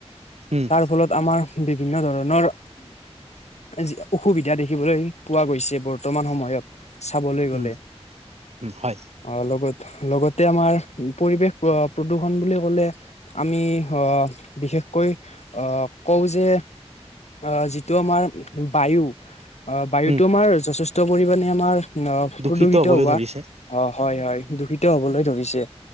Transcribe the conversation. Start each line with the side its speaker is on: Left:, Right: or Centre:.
Right: উম,
Left: তাৰ ফলত আমাৰ বিভিন্ন ধৰণৰ যি অসুবিধা দেখিবলৈ পোৱা গৈছে বৰ বৰ্তমান সময়ত চাবলৈ গ'লে।
Right: উম উম হয়
Left: অ' লগত লগতে আমাৰ পৰিৱেশ প্ৰ-প্ৰদূষণ বুলি কলে। আমি হ' বিশেষ কৈ আহ, কওঁ যে আহ, যিটো আমাৰ বায়ু। অ বায়ুতটো
Right: উম
Left: আমাৰ যথেষ্ট পৰিমানে আমাৰ অ
Right: দূষিত
Left: প্ৰদূষিত
Right: হবলৈ
Left: হোৱা।
Right: ধৰিছে
Left: অ হয় হয় দূষিত হবলৈ ধৰিছে,